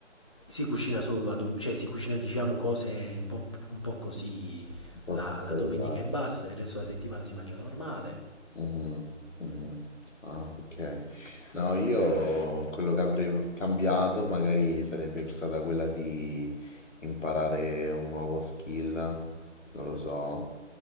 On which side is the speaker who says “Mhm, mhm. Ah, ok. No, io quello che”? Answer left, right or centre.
Left